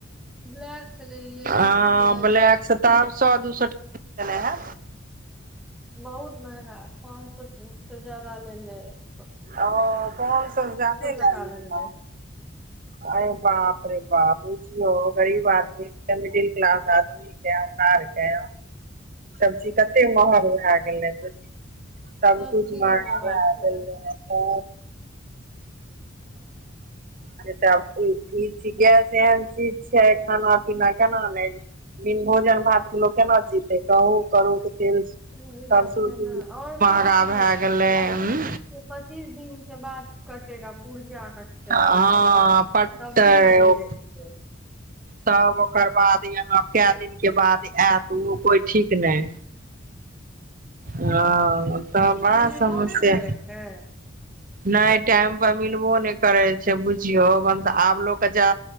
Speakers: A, in the centre; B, on the right.
A: ब्लैक से लेलियै
B: आ
A: गैस
B: ब्लैक से तब सए दू <unintelligible> सए टै है
A: बहुत मेहेंगा पाच सो स ज्यादा ललै <unintelligible>
B: ओ कोन सब ज्यादे
A: टका
B: ले लेलऊ
A: लगले
B: अरे बाप रे बाप बुझियौ गरीब आदमी के मिडिल क्लास आदमीक हमारा आरके सब चीज कते महग भए गेले सबकुछ
A: सब चीज
B: महंगा
A: छै
B: भे गेलै ओ <unintelligible> तब ईज गैस एहन चीज छै खाना पीना केना नहि भोजन भात के लोक केना जीते कहू करू तेल
A: वही बात
B: सरसो
A: छै
B: तेल
A: ने ओर
B: महगा
A: कोन चीज
B: भए गेलै
A: पच्चीस
B: उं
A: पच्चीस दिनक के बाद कटेगा पुर्जा <unintelligible>
B: हँ
A: ओकर बाद
B: पटतै
A: त भी नहि
B: ओ
A: मिलैतै
B: तब ओकर बाद यहाँ कए दिनके बाद आयत ओ कोइ ठीक नहि हँ त बड़ा
A: आ मिलबो
B: समस्या
A: नहि ने करै छै
B: नहि टाइम पर मिलबो नहि करे छै बुझियौ मन त आब लोक के जा